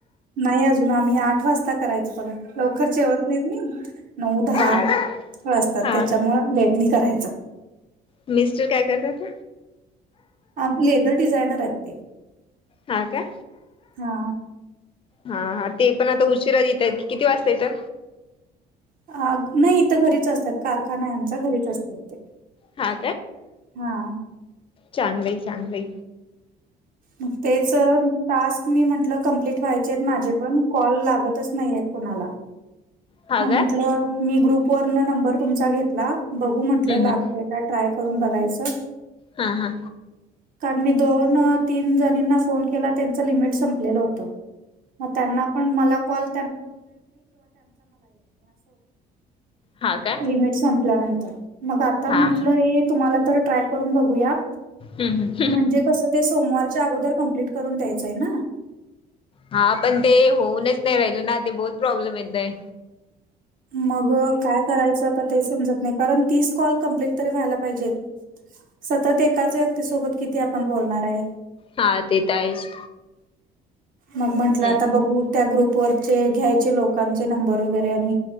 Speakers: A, on the right; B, on the left.
A: नाही अजून आम्ही आठ वाजता करायच बघा लवकर जेवत नाहीत नाही नऊ दहा
B: हा
A: वाजतात
B: हा
A: त्याच्यामुळं लेटनी करायचं
B: मिस्टर काय करतात
A: आमचे लेदर डिझायनर आहेत ते
B: ह का
A: हा
B: हा हा ते पण आता उशिराात येत आहेत की किती वाजता येतं
A: अ नाही इथं घरीच असतात कारखानाच्या घरीच असतात ते
B: हा
A: हा
B: चांगलं चांगलं
A: मग तेच टास्क मी म्हंटलं कंप्लीट व्हायचे आहेत माझे पण कॉल लागतच नाही आहेत कोणाला
B: हा
A: मग
B: काय
A: म्हंटलं मी ग्रुप वर न नंबर तुमचा घेतला बघू
B: हम्म
A: म्हटलं लागतय
B: हम्म
A: त्या ट्राय करून बघायचं
B: हा हा
A: कारण मी दोन तीन जणींना फोन केला त्यांचं लिमिट संपलेलं होतं मग त्यांना पण, मला कॉल
B: हा का
A: लिमिट संपल्यानंतर मग आता
B: हा
A: म्हंटलं तुम्हाला तर ट्राय करून बघूया
B: हम् हम
A: म्हणजे कसं ते सोमवारच्या अगोदर, कम्प्लीट करून द्यायचंय ना
B: हा पण ते होऊनच नाही राहिल ना ते बहुत प्रॉब्लेम येतय
A: मग काय करायचं आता ते समजत नाही कारण तीस कॉल कमप्लीट तरी व्हायला पाहिजेत सतत एकाच व्यक्तीसोबत किती आपण बोलणार आहे
B: हा तेेत आहेच
A: मग म्हंटलं
B: हम्म
A: आता बघू त्या ग्रुपवररचे घ्यायचे लोकांचे नंबर वगैरे आणि